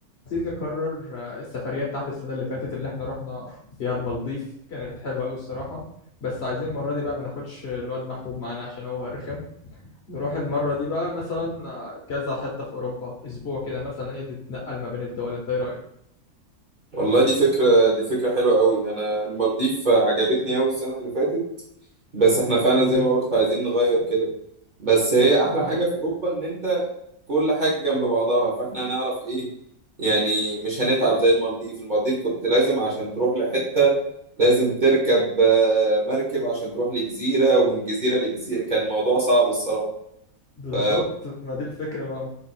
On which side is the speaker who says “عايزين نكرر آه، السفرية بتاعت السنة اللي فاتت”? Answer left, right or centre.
Left